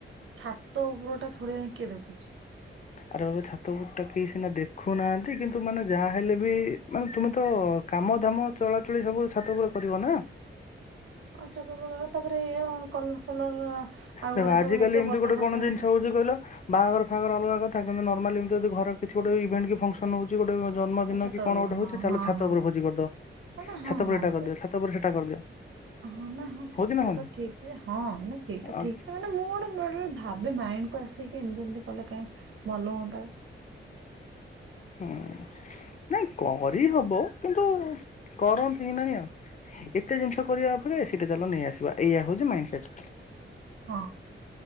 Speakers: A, on the right (about 80°); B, on the left (about 40°).
A: ଛାତ ଉପର ଟା ଥୋଡ଼ିନା କିଏ ଦେଖୁଛି।
B: ଆରେ ବାବା ଛାତ ଉପରଟା କିଏ ସିନା ଦେଖୁନାହାନ୍ତି କିନ୍ତୁ ମାନେ ଯାହାହେଲେ ବି ମାନେ ତୁମେ ତ କାମ ଧାମ ଚଳାଚଳି ସବୁ ଛାତ ଉପରେ କରିବ ନା।
A: ଅ ଛାତ ଉପରେ କଲେ ତାପରେ ଏଇଆ ଆଉ କଲର ଫଲର ଆଗଗୁରା
B: ଦେଖ ଆଜିକାଲି
A: ସବୁ ହେଇଥିବ
B: ଏମିତି
A: ବର୍ଷା
B: ଗୋଟେ
A: ଫର୍ଷା ହେଲେ।
B: <unintelligible> ବାହାଘର ଫାଆଘର ଅଲଗା କଥା କିନ୍ତୁ ନର୍ମାଲି ଏମତି ଯଦି ଘରେ କିଛି ଗୋଟେ ଇଭେଣ୍ଟ କି ଫଙ୍କସ ଫଙ୍କସନ୍ ହୋଉଛି ଗୋଟେ ଜନ୍ମଦିନ
A: ଛାତ
B: କି
A: ଉପରକୁ
B: କଣ ଗୋଟେ
A: ହଁ
B: ହୋଉଛି ଚାଲ
A: ହଁ
B: ଛାତ
A: ହଁ
B: ଉପରେ ଭୋଜି କରିଦବା।
A: ମାନେ ହଁ
B: ଛାତ
A: ହଁ
B: ପରେ ଏଟା
A: ସେଇଟା
B: କରିଦିଅ ଛାତ ପରେ ସେଟା କରିଦିଅ।
A: ହଁ ନା ହଁ ସେଟା
B: ହଉଛି ନା ହଉନି
A: ତ ଠିକ୍ ଯେ ହଁ ନାଇଁ ସେଇଟା
B: ଆ
A: ଠିକ୍ ଯେ ମାନେ ମୁଁ ଗୋଟେ ଭାବେ ମାଇଣ୍ଡ କୁ ଆସେକି ଏମିତି ଏମିତି କଲେ କାଇଁ ଭଲ ହୁଅନ୍ତା।
B: ହୁଁ। ନାଇଁ କରି ହବ, କିନ୍ତୁ କରନ୍ତି ନାଇଁ ଆଉ। ଏତେ ଜିନିଷ କରିବା ଅପେକ୍ଷା ଏସି ଟା ଚାଲ ନେଇ ଆସିବା ଏଇଆ ହୋଉଛି ମାଇଣ୍ଡ ସେଟ୍।
A: ହଁ